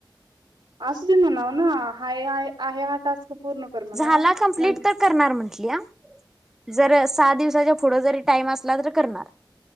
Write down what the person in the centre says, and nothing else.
झाला कम्प्लीट
तर करणार म्हण. ह्या जर सहा दिवसाच्या पुढं टाइम असला तर करणार.